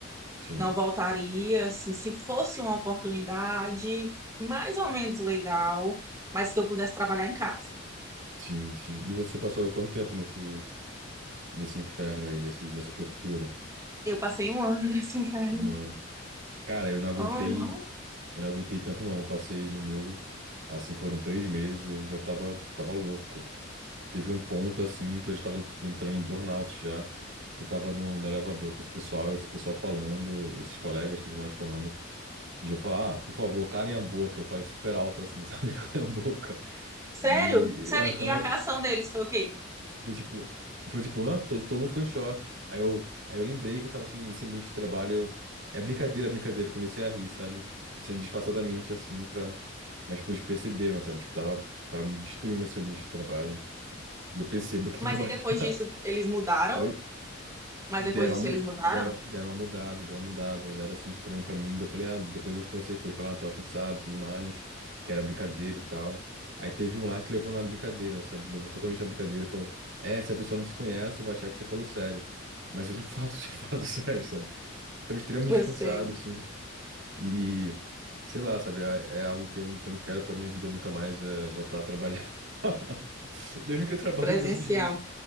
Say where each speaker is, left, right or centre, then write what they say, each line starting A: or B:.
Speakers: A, on the right (about 70°); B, on the right (about 15°).
A: Sim.
B: Não voltaria, assim, se fosse uma oportunidade mais ou menos legal, mas que eu pudesse trabalhar em casa.
A: Sim, sim. E você passou quanto tempo nesse, nesse inferno aí, nesse, nessa tortura?
B: Eu passei um <laughs> ano nesse inferno.
A: Um ano. Cara, eu não aguentei,
B: Oh, não.
A: eu não aguentei tanto não. Eu passei no meu, assim, foram três meses, eu já tava, tava louco. Teve um ponto, assim, que eu já tava, tipo, entrando em burnout já, que eu tava no, no elevador com esse pessoal, esse pessoal falando, esses colegas e tudo mais falando, de eu falar, ah, por favor, calem a boca. Eu falei super alto, assim, <laughs> sabe? Calem a boca.
B: Sério?
A: E,
B: Sério?
A: aham,
B: E a reação deles foi o quê?
A: Foi tipo, foi tipo, hã? Todo, todo mundo ficou em choque. Aí eu, aí eu lembrei que eu tava assim, nesse ambiente de trabalho. Eu, é brincadeira, é brincadeira. Eu comecei a rir, sabe? Sendo disfarçadamente, assim, pra. Mas, tipo, eles perceberam, sabe? Tipo, tava, tava me destruindo esse ambiente de trabalho. E eu percebo que trabalhar.
B: Mas aí depois disso
A: <laughs>
B: eles mudaram?
A: Oi?
B: Mas
A: Deram,
B: depois disso
A: uma
B: eles
A: mu-
B: mudaram?
A: deram, deram uma mudada, deram uma mudada, olharam assim estranho pra mim. Daí eu falei, ah, depois eu conversei com ele, falei, ah, tava cansado e tudo mais, que era brincadeira e tal. Aí teve um lá que levou na brincadeira, sabe? Levou totalmente na brincadeira e falou, é, essa pessoa não te conhece, vai achar que você falou sério. Mas eu de fato <laughs> tinha falado sério, sabe? Tava extremamente
B: Eu
A: cansado,
B: sei,
A: assim. E, sei lá, sabe, é é algo que eu, que eu não quero pra minha vida nunca mais, é voltar a trabalhar. <laughs> Mesmo que eu trabalhe
B: presencial.
A: todos os dias.